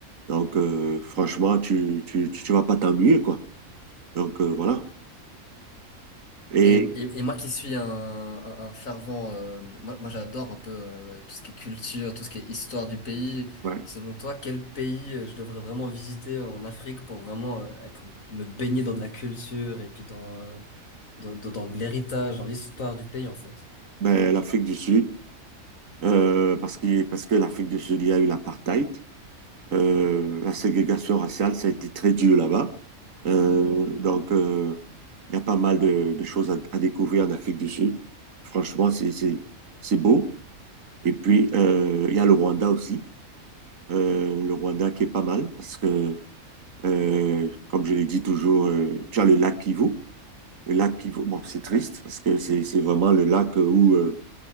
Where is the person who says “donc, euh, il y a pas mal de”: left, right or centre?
Right